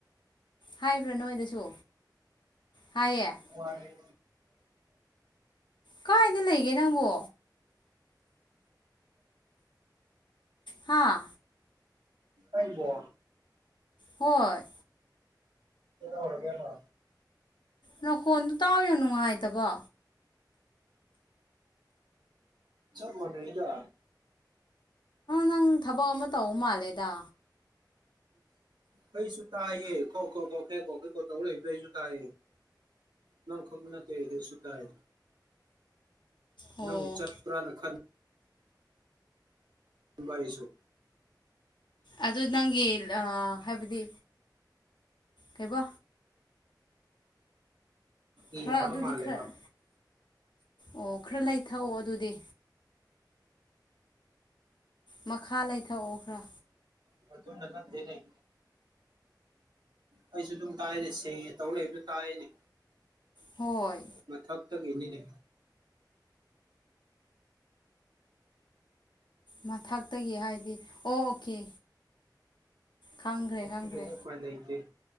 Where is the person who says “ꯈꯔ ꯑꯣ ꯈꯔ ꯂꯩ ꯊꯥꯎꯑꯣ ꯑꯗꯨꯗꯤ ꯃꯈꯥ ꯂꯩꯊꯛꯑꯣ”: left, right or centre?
Left